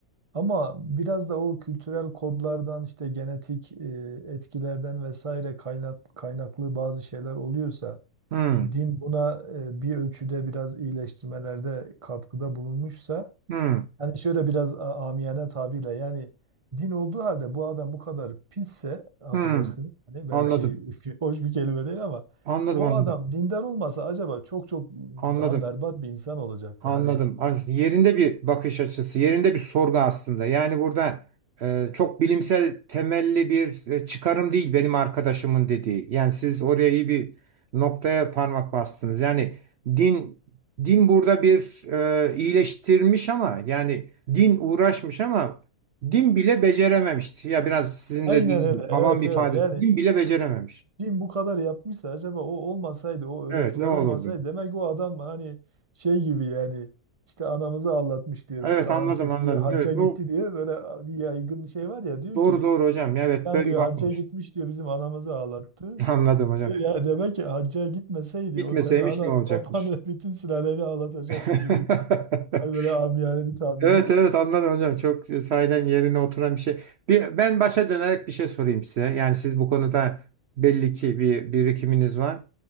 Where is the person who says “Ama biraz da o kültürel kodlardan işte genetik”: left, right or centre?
Right